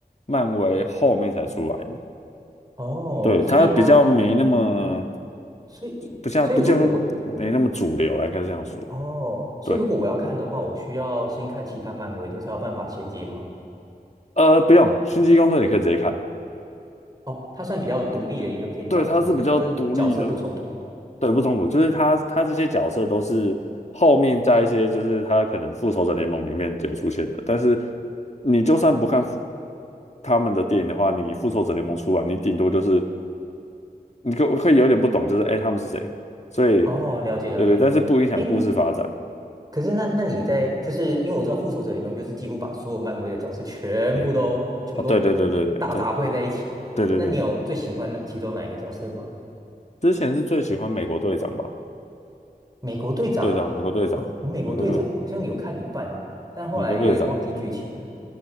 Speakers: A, on the left; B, on the right.
A: 漫威后面才出来的，
B: 哦，
A: 对，
B: 所以他，
A: 它比较没那么
B: 所以所以如果我，
A: 不像不叫没那么主流啊，应该是这样说，
B: 哦，所以如果我要看的话，
A: 对，
B: 我需要先看其他漫威的，才有办法衔接吗？
A: 呃，不用，星际异攻队你可以直接看，
B: 哦，它算比较独立的一个篇章，
A: 对，它是比较独立的，
B: 是不是？就是角色不冲突。
A: 对，不冲突，就是他他这些角色都是后面在一些就是他可能复仇者联盟里面有出现的，但是你就算不看他们的电影的话，你复仇者联盟出来，你顶多就是你可可以有点不懂，就是哎、诶他们是谁，所以
B: 哦，了解了解。
A: 对对，但是不影响故事发展。
B: 诶，那可是那那你在就是因为我知道复仇者联盟就是几乎把所有漫威的角色全部都全部都
A: 哎、哦对对对对对对
B: 大杂烩在一起。
A: 对对对，
B: 那你有最喜欢哪其中哪一个角色吗？
A: 之前是最喜欢美国队长吧，
B: 美国队长，
A: 队长美国队长美国队
B: 呃，我美国队长好像有看一半，但后来有点忘记剧情了，
A: 美国队长，